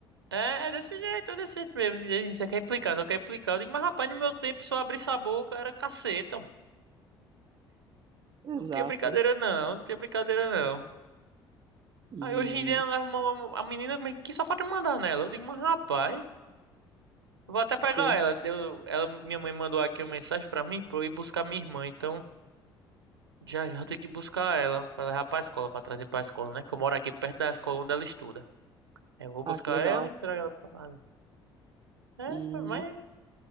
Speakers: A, on the right; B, on the right.
A: É, é desse jeito, é desse jeito mesmo. Diz aí, Você quer implicar, só quer implicar. Eu digo, mas rapaz, no meu tempo, se eu abrisse a boca, era caceta.
B: Exato.
A: Não tinha brincadeira não, não tinha brincadeira não.
B: E,
A: Aí hoje em dia ela leva uma, uma- a menina como é que só falta me mandar nela. Eu digo, mas rapaz, vou até pegar
B: tipo,
A: ela. Eu, ela, minha mãe mandou aqui uma mensagem pra mim pra eu ir buscar minha irmã. Então já já eu tenho que buscar ela pra levar pra escola, pra trazer pra escola, né? Que eu moro aqui perto da escola onde ela estuda. Aí Eu vou buscar
B: ah, que legal.
A: ela e trago ela pra casa. É,
B: E.
A: mas